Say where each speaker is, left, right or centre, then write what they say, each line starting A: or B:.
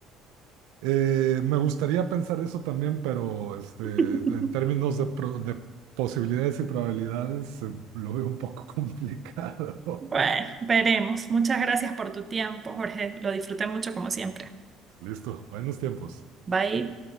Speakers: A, on the right; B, on the right.
A: Eh, me gustaría pensar eso también, pero este,
B: <laughs>
A: en términos de, pro- de posibilidades y probabilidades, eh, lo veo un poco complicado.
B: Bueno, veremos. Muchas gracias por tu tiempo, Jorge. Lo disfruté mucho como siempre.
A: <laughs> Listo, buenos tiempos.
B: Bye.